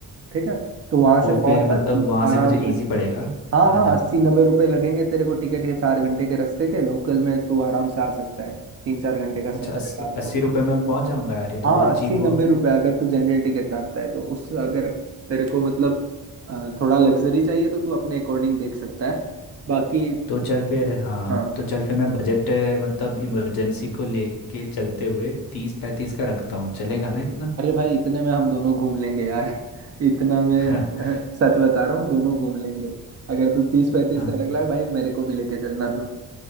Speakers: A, on the right; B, on the left.
A: ठीक है तो वहां
B: तो
A: से
B: फिर
A: पहुंचकर
B: मतलब वहाँ से
A: आराम
B: मुझे
A: से
B: इजी पड़ेगा
A: हाँ हाँ
B: आना
A: अस्सी नब्बे रुपए लगेंगे तेरे को टिकट के चार घंटे के रास्ते के लोकल में तू आराम से आ सकता है तीन चार घंटे का सफर
B: अच्छा अस्सी
A: है रात
B: अस्सी
A: को
B: रुपये में पहुँच जाऊँगा यार ये तो
A: हाँ
B: बहुत
A: अस्सी
B: चीप
A: नब्बे
B: हुआ
A: रुपए अगर तू जनरल टिकट काटता है तो उस अगर तेरे को मतलब अ, थोड़ा लग्जरी चाहिए तो तू अपने अकॉर्डिंग देख सकता है बाकी
B: तो चल फिर हाँ
A: हाँ
B: तो चल फिर मैं बजट अ, मतलब इमरजेंसी को लेके चलते हुए तीस पैंतीस का रखता हूँ चलेगा ना इतना
A: अरे भाई इतने में हम दोनों घूम लेंगे यार <laughs> इतना में
B: <laughs>
A: अह, सच बता रहा हूँ दोनों घूम लेंगे अगर तू तीस पैंतीस
B: हाँ
A: का रख रहा है भाई मेरे को भी लेके चलना तू